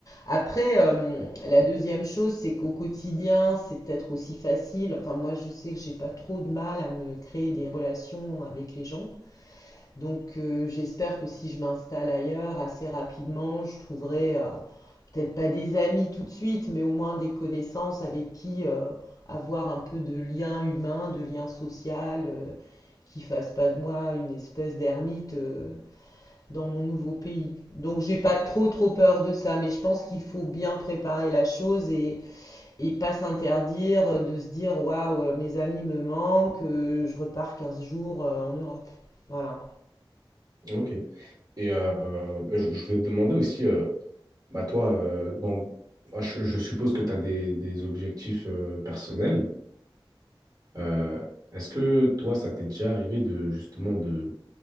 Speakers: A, on the left; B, on the right.
A: Après, euh, la deuxième chose, c'est qu'au quotidien, c'est peut-être aussi facile. Enfin, moi, je sais que j'ai pas trop de mal à me créer des relations avec les gens. Donc, euh, j'espère que si je m'installe ailleurs, assez rapidement, je trouverai euh, peut-être pas des amis tout de suite, mais au moins des connaissances avec qui euh, avoir un peu de lien humain, de lien social, euh, qui fasse pas de moi une espèce d'ermite euh, dans mon nouveau pays. Donc j'ai pas trop trop peur de ça, mais je pense qu'il faut bien préparer la chose et, et pas s'interdire euh, de se dire waouh, euh, mes amis me manquent, euh, je repars 15 jours euh, en Europe. Voilà.
B: Mhm. Ok. Et euh, je, je voulais te demander aussi, euh, Bah toi, euh, dans- moi, je, je suppose que tu as des, des objectifs euh, personnels. Euh, est-ce que toi, ça t'est déjà arrivé de justement de,